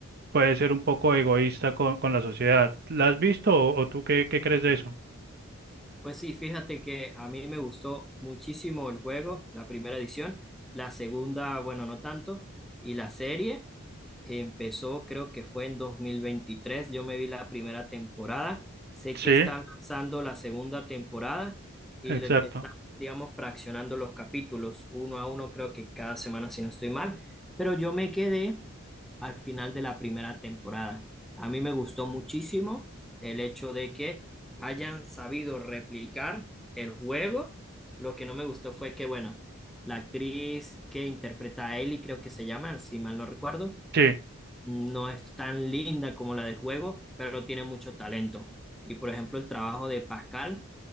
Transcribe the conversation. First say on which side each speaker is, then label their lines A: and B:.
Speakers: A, on the right (about 45°); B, in the centre.
A: puede ser un poco egoísta con, con la sociedad. ¿La has visto o, o tú qué, qué crees de eso?
B: Pues sí, fíjate que a mí me gustó muchísimo el juego, la primera edición, la segunda, bueno, no tanto, y la serie empezó, creo que fue en 2023. yo me vi la primera temporada, sé
A: Sí,
B: que están lanzando la segunda temporada y
A: exacto.
B: le están, digamos, fraccionando los capítulos uno a uno, creo que cada semana, si no estoy mal, pero yo me quedé al final de la primera temporada. A mí me gustó muchísimo el hecho de que hayan sabido replicar el juego. Lo que no me gustó fue que, bueno, la actriz que interpreta a Ellie, creo que se llama, si mal no recuerdo,
A: Sí.
B: no es tan linda como la del juego, pero tiene mucho talento. Y por ejemplo, el trabajo de Pascal